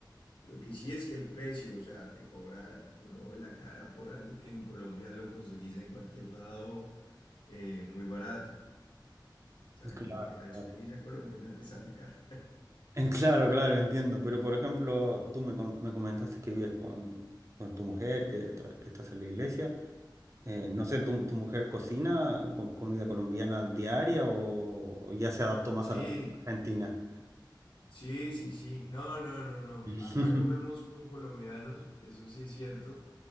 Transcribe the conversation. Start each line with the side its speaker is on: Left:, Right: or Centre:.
Left: lo que sí es que el precio, o sea, te cobran un ojo de la cara por algo que en Colombia lo conseguís en cualquier lado eh, muy barato. O sea,
Right: <laughs> Claro,
Left: como que la
Right: claro.
Left: experiencia colombiana te sale cara.
Right: Eh, Claro, claro, entiendo, pero por ejemplo, tú me, com- me comentaste que vives con, con tu mujer, que, tra- que estás en la iglesia. Eh, no sé, ¿tu, tu mujer cocina co- comida colombiana diaria o, o ya se adaptó más
Left: Sí,
Right: a la comida argentina?
Left: sí, sí, sí. No, no, no, no.
Right: <laughs>
Left: Acá comemos como colombianos, eso sí es cierto.